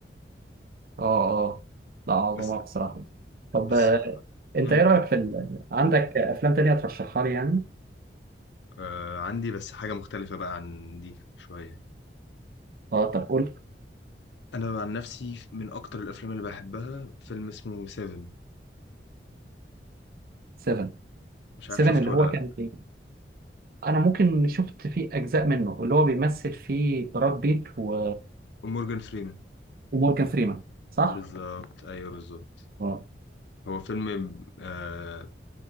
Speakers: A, on the right; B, on the left.
A: اه اه لا عظمة
B: بس
A: بصراحة طب
B: بس
A: آه، انت
B: امم
A: ايه رأيك في ال... عندك افلام تانية ترشحها لي يعني
B: آه عندي بس حاجة مختلفة بقى عن دي شوية
A: اه طب قول
B: انا عن نفسي من اكتر الافلام اللي بحبها فيلم اسمه سيفن
A: 7
B: مش
A: 7
B: عارف شفته
A: اللي
B: ولا
A: هو كان
B: لا
A: فيه. انا ممكن شفت فيه اجزاء منه اللي هو بيمثل فيه براد بيت و...
B: مورجان فريمان
A: ومورجان فريمان صح؟
B: بالظبط ايوه بالظبط
A: اه
B: هو فيلم آه